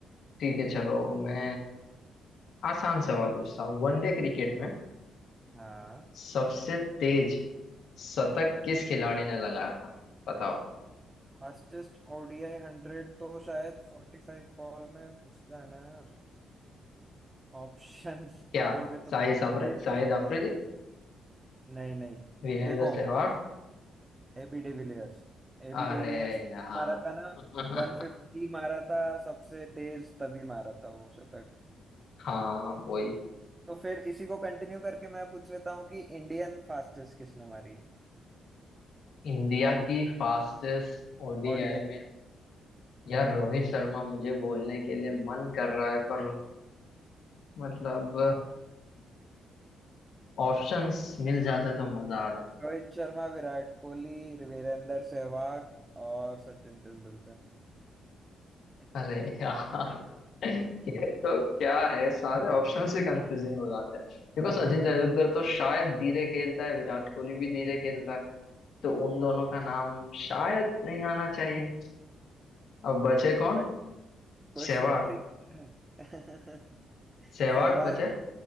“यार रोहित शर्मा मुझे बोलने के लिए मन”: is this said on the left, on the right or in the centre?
Left